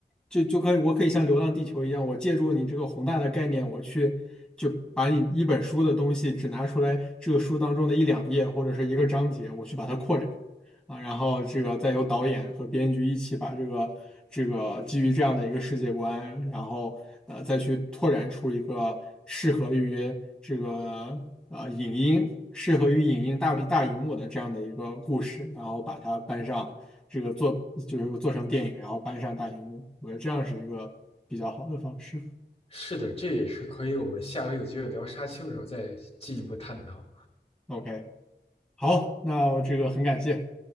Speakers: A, in the centre; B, on the left.
A: 就就可以我可以像《流浪地球》一样，我借助你这个宏大的概念，我去。就把你一本书的东西只拿出来，这个书当中的一两页或者是一个章节，我去把它扩展。啊，然后这个再由导演和编剧一起把这个这个基于这样的一个世界观，然后呃再去拓展出一个适合于这个呃影音、适合于影音大大荧幕的这样的一个故事，然后把它搬上这个做就是做成电影，然后搬上大荧幕，我觉得这样是一个比较好的方式。
B: 是的，这也是可以我们下回有机会聊沙丘的时候再进一步探讨。
A: OK，好，那我这个很感谢。